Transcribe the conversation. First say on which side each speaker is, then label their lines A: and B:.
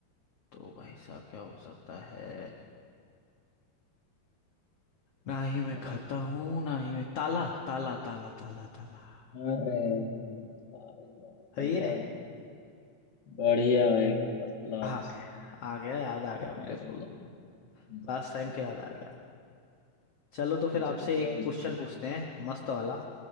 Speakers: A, on the left (about 50°); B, on the left (about 35°).
A: तो भाई साहब क्या हो सकता है ना ही मैं
B: बताओ
A: खाता हूँ ना ही मैं ताला ताला ताला ताला ताला
B: अरे वाह भाई वाह
A: सही
B: गजब
A: है
B: बढ़िया एकदम फर्स्ट क्लास
A: आ गया आ गया याद आ गया मेरे
B: गजब
A: को
B: गजब। हम्म,
A: लास्ट टाइम पे याद आ गया चलो तो फिर
B: पूछो
A: आपसे
B: पूछो
A: एक
B: अब
A: क्वेश्चन
B: इस बार
A: पूछते
B: पूछो
A: हैं मस्त वाला